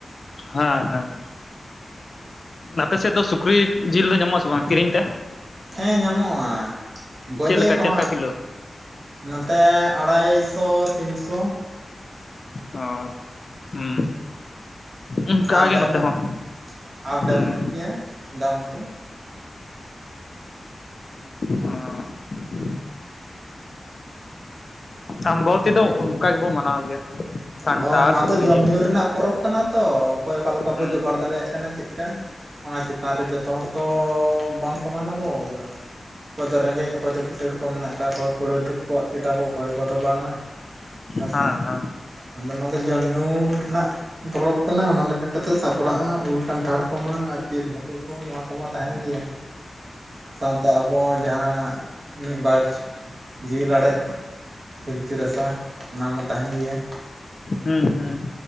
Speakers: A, on the left; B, on the right.
A: ᱦᱮᱸ ᱦᱮᱸ ᱟᱯᱮ ᱥᱮᱫ ᱫᱚ ᱥᱩᱠᱨᱤ ᱡᱤᱞ ᱫᱚ ᱧᱟᱢᱚᱜ ᱟᱥᱮ ᱵᱟᱝ ᱠᱤᱨᱤᱧ ᱛᱮ?
B: ᱦᱮᱸ ᱧᱟᱢᱚᱜᱼᱟ᱾ ᱜᱚᱡᱮ
A: ᱪᱮᱫ ᱞᱮᱠᱟ
B: ᱟᱠᱚᱦᱟᱸᱜ
A: ᱪᱮᱫ ᱞᱮᱠᱟ ᱠᱤᱞᱳ
B: ᱱᱚᱛᱮ ᱟᱲᱟᱭᱥᱚ ᱛᱤᱱᱥᱚ
A: ᱚ ᱦᱩᱸ ᱚᱱᱠᱟᱜᱮ
B: ᱟᱯ ᱰᱟᱣᱩᱱᱚᱜ
A: ᱱᱚᱛᱮ ᱦᱚᱸ
B: ᱟᱯ ᱰᱟᱣᱩᱱᱚᱜ
A: ᱦᱩᱸ
B: ᱜᱮᱭᱟ ᱫᱟᱢ ᱠᱚ᱾
A: ᱚᱸ ᱟᱢᱵᱟᱵᱚᱛᱤ ᱛᱮᱫᱚ ᱚᱱᱠᱟ ᱜᱮᱵᱚ ᱢᱟᱱᱟᱣ ᱜᱮᱭᱟ᱾ ᱠᱷᱟᱱᱴᱟᱲ
B: ᱦᱳᱭ ᱱᱚᱣᱟ
A: ᱥᱩᱠᱨᱤ
B: ᱫᱚ ᱡᱚᱢ
A: ᱡᱤᱞ
B: ᱧᱩ ᱨᱮᱱᱟᱜ ᱯᱚᱨᱚᱵᱽ ᱠᱟᱱᱟ ᱛᱚ ᱚᱠᱚᱭ ᱚᱠᱟ ᱞᱮᱠᱟ
A: ᱦᱩᱸ
B: ᱵᱚ ᱡᱚᱜᱟᱲ
A: ᱦᱩᱸ
B: ᱫᱟᱲᱮᱭᱟᱜ ᱠᱟᱱᱟ ᱪᱮᱫᱠᱟ᱾ ᱚᱱᱟ ᱪᱮᱛᱟᱱ ᱨᱮ ᱡᱚᱛᱚ ᱦᱚᱲ ᱛᱚ ᱵᱟᱢ ᱥᱚᱢᱟᱱᱟ ᱟᱵᱚ ᱚᱠᱚᱭ ᱫᱚ ᱨᱮᱸᱜᱮᱡ ᱚᱠᱚᱭ ᱫᱚ ᱠᱤᱥᱟᱹᱲ ᱠᱚ ᱢᱮᱱᱟᱜ ᱟᱠᱟᱫ ᱠᱚᱣᱟ, ᱠᱩᱲᱟᱹ ᱛᱮᱫ ᱜᱚᱫ ᱠᱮᱫᱟᱵᱚ ᱚᱠᱚᱭ ᱠᱚᱫᱚ ᱵᱟᱝᱟ ᱦᱮᱸᱥᱮ
A: ᱦᱟᱸ ᱦᱟᱸ
B: ᱱᱚᱣᱟ ᱟᱫᱚ ᱡᱚᱢ ᱧᱩ ᱨᱮᱱᱟᱜ ᱯᱚᱨᱚᱵᱽ ᱠᱟᱱᱟ ᱚᱱᱟ ᱞᱮᱠᱟᱛᱮᱫ ᱥᱟᱯᱲᱟᱜᱼᱟ ᱩᱞ ᱠᱟᱱᱴᱷᱟᱲ ᱠᱚᱢᱟ ᱟᱨ ᱡᱤᱞ ᱦᱟᱹᱠᱩ ᱠᱚ ᱱᱚᱣᱟ ᱠᱚᱢᱟ ᱛᱟᱦᱮᱱ ᱜᱮᱭᱟ᱾ ᱥᱟᱶᱛᱮ ᱟᱵᱚ ᱡᱟᱦᱟᱸ ᱢᱤᱫ ᱵᱟᱨ ᱡᱤᱣᱤ ᱞᱟᱲᱮᱡ ᱯᱤᱞᱪᱩ ᱨᱟᱥᱟ ᱚᱱᱟ ᱢᱟ ᱛᱟᱦᱮᱱ ᱜᱮᱭᱟ᱾
A: ᱦᱩᱸ ᱦᱩᱸ